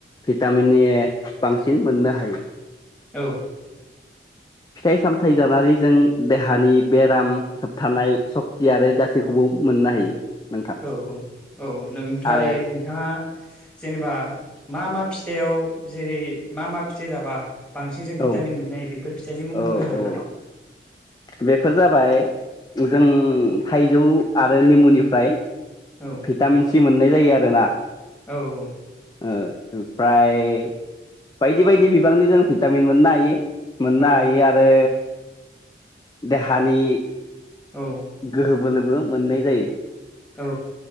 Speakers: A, on the left; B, in the centre.
A: भिटामिननि बांसिन मोननो हायो।
B: औ
A: फिथाइ सामथाइ जानानै जों देहानि बेराम होबथानाय सक्ति आरो गासैखौबो मोननो हायो। नोंथां
B: औ औ औ औ नोंनिबथाय
A: आरो
B: नोंथाङा जेनेबा मा मा फिथाइआव जेरै मा मा फिथाइ जाबा बांसिन जे भिटामिन
A: औ
B: मोननाय बेफोर फिथाइनि मुं
A: औ
B: बुंनो हागोन
A: औ
B: नामा
A: बेफोर जाबाय जों थाइजौ आरो निमुनिफ्राय
B: औ
A: भिटामिन सि मोननाय जायो आरोना।
B: औ औ
A: ओ-ओमफ्राय बायदि बायदि बिबांनि जों भिटामिन मोननो हायो। मोननो
B: औ
A: हायो आरो देहानि
B: औ
A: गोहो ब बोलोबो मोननाय जायो।
B: औ।